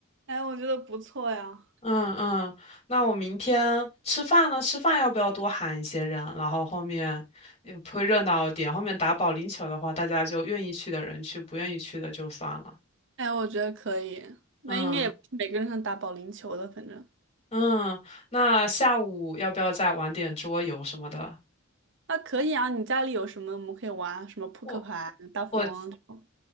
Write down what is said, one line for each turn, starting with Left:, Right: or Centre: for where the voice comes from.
Right: 哎，我觉得不错呀。
Left: 嗯嗯，那我明天吃饭呢？吃饭要不要多喊一些人？然后后面也会热闹一点。后面打保龄球的话，大家就愿意去的人去，不愿意去的就算了。
Right: 哎，我觉得可以。那应该也不是每个人能打保龄球的，
Left: 嗯
Right: 反正
Left: 嗯，那下午要不要再玩点桌游什么的？
Right: 啊，可以啊。你家里有什么我们可以玩？什么扑克牌、
Left: 我
Right: 大富翁这种？
Left: 我